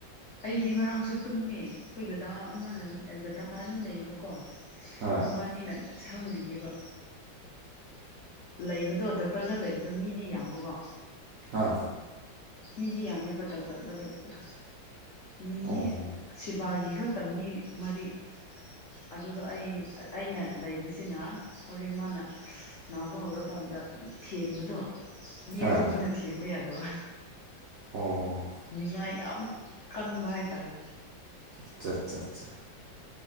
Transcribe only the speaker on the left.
ꯑꯩꯗꯤ ꯉꯔꯥꯡꯁꯨ ꯇꯨꯝꯃꯦ ꯑꯩꯈꯣꯏ ꯗꯗꯥ ꯑꯃꯅ ꯗꯗꯥ ꯑꯅꯤ ꯂꯩꯌꯦꯕꯀꯣ
ꯃꯕꯥꯅꯤꯅ ꯁꯪꯕꯤꯌꯦꯕ ꯂꯩꯕꯗꯣ ꯗꯣꯛꯇꯔꯗ ꯂꯩꯕꯗꯣ ꯃꯤꯗꯤ ꯌꯥꯝꯕꯀꯣ
ꯃꯤꯗꯤ ꯌꯥꯝꯃꯦꯕ ꯗꯣꯛꯇꯔꯗ ꯂꯩꯕꯗ ꯃꯤ
ꯁꯤꯕꯥꯒꯤ ꯏꯈꯛꯇ ꯃꯤ ꯃꯔꯤ ꯑꯗꯨꯗ ꯑꯩ ꯑꯩꯅ ꯂꯩꯕꯁꯤꯅ ꯍꯣꯔꯦꯟ ꯃꯥꯅ ꯅꯥꯕ ꯍꯧꯔꯀꯥꯟꯗ ꯊꯦꯝꯕꯗꯣ ꯃꯤ
ꯑꯇꯣꯞꯄꯅ
ꯊꯦꯝꯕ ꯌꯥꯗꯕ
ꯅꯤꯡꯉꯥꯏ ꯌꯥꯝ ꯀꯟꯕ ꯍꯥꯏꯇꯥꯔꯦ